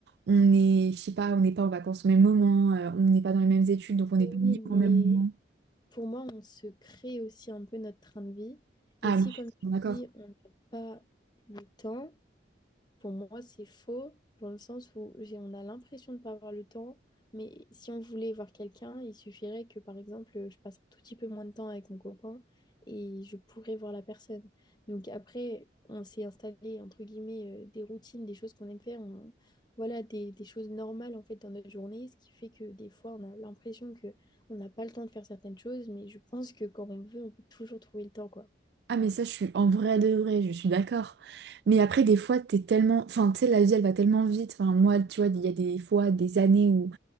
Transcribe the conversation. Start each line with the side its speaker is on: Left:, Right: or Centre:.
Right: on est, je sais pas, on n'est pas en vacances au même moment, euh, on n'est pas dans les mêmes études, donc on n'est pas libre
Left: Oui, mais
Right: au même moment.
Left: pour moi, on se crée aussi un peu notre train de vie.
Right: Ah,
Left: Et si,
Right: mais je
Left: comme
Right: suis
Left: tu
Right: totalement d'accord.
Left: dis, on n'a pas le temps, Pour moi, c'est faux dans le sens où j'ai, on a l'impression de ne pas avoir le temps, mais si on voulait voir quelqu'un, il suffirait que, par exemple, je passe un tout petit peu moins de temps avec mon copain et je pourrais voir la personne. Donc après, on s'est installé, entre guillemets, euh, des routines, des choses qu'on aime faire, on- voilà, des, des choses normales, en fait, dans notre journée, ce qui fait que des fois, on a l'impression que on n'a pas le temps de faire certaines choses, mais je pense que quand on veut, on peut toujours trouver le temps, quoi.
Right: Ah, mais ça, je suis en vrai de vrai, je suis d'accord. Mais après, des fois, t'es tellement. Enfin, tu sais, la vie, elle va tellement vite. Enfin, moi, tu vois, il y a des fois, des années où